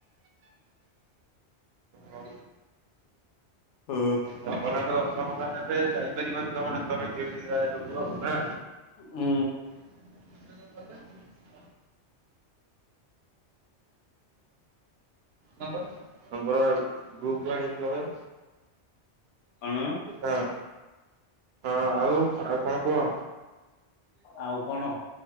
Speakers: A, on the right; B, on the left.
A: ଓହୋ
B: ହୁଁ।
A: ଜଗନ୍ନାଥ ଦର୍ଶନ ତାହାନେ ଏବେ ଯାଇପାରିବନି ତମ ହାତ ଭାଙ୍ଗି ଯାଇଚି ରା ଯୋଗୁ ଆଉ ନା
B: ଉଁ।
A: <inaudible> ତମ୍ଭା ପଥର। ନମ୍ବର ଗ୍ରୁପୁରୁ ଆଣିକି ଲଗାଅ
B: କଣ
A: ହଁ। ହଁ ଆଉ ଆଉ କଣ କୁହ?
B: ଆଉ କଣ